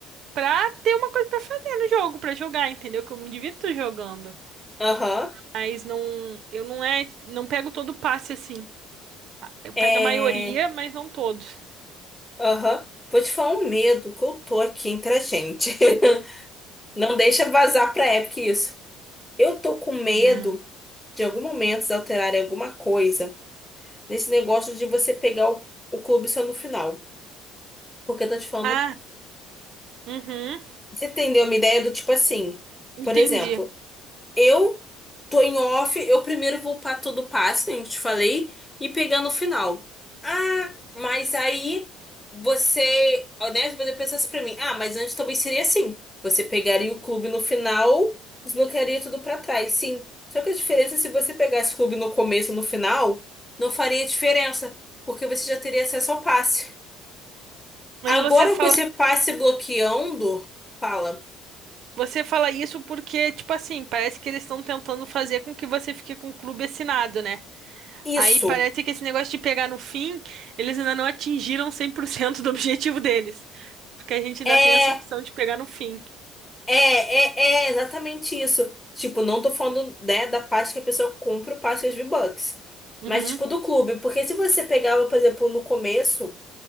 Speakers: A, on the right; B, on the left.
A: pra ter uma coisa pra fazer no jogo, pra jogar, entendeu? Que eu me divirto jogando.
B: Aham.
A: Mas não, eu não é, não pego todo o passe assim. Eu pego
B: É.
A: a maioria, mas não todos,
B: Aham. Vou te falar um medo que eu tô aqui entre a gente. <laughs> Não deixa vazar pra Epic isso. Eu tô com medo
A: né?
B: de em algum momento eles alterarem alguma coisa nesse negócio de você pegar o, o clube só no final. Porque eu tô te falando
A: Ah, uhum.
B: Você entendeu uma ideia do tipo assim,
A: Entendi.
B: por exemplo, eu tô em off, eu primeiro vou pra todo passo, como eu te falei, e pegar no final. Ah, mas aí você, né, você pensasse pra mim, ah, mas antes também seria assim. Você pegaria o clube no final, desbloquearia tudo pra trás, sim. Só que a diferença é se você pegasse o clube no começo e no final, não faria diferença, porque você já teria acesso ao passe.
A: Mas
B: Agora
A: você fala,
B: com esse passe bloqueando, fala,
A: você fala isso porque, tipo assim, parece que eles estão tentando fazer com que você fique com o clube assinado, né?
B: isso.
A: Aí parece que esse negócio de pegar no fim, eles ainda não atingiram 100% do objetivo deles. Porque a gente ainda
B: É,
A: tem essa opção de pegar no fim.
B: é, é, é exatamente isso. Tipo, não tô falando, né, da parte que a pessoa compra o passe de V-Bucks.
A: Uhum,
B: Mas, tipo, do clube. Porque se você pegava, por exemplo, no começo